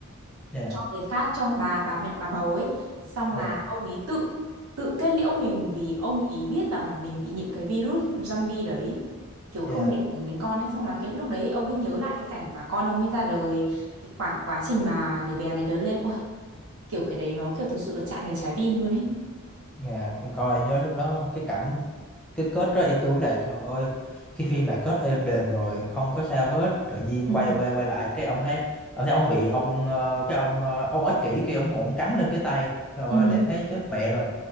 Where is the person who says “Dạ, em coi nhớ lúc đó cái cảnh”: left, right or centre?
Centre